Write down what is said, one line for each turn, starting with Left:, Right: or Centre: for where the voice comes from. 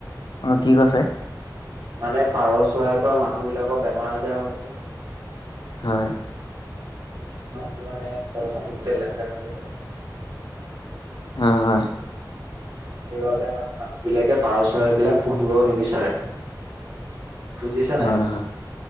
Left: অঁ, কি কৈছে?
Right: মানে পাৰ' চৰাইৰ পৰা মানুহ বিলাকৰ বেমাৰ আজাৰ হয় যে
Left: হয়।
Right: অ হিহঁতি মানে ঘৰখন গোতেই লেতেৰা কৰি পেলাই।
Left: হয়, হয়।
Right: সেইবাবে মানে মানুহবিলাকে পাৰ' চৰাইবিলাক পুহিব নিবিচাৰে। বুজিছে? নাই
Left: হয়,
Right: আপুনি
Left: হয়,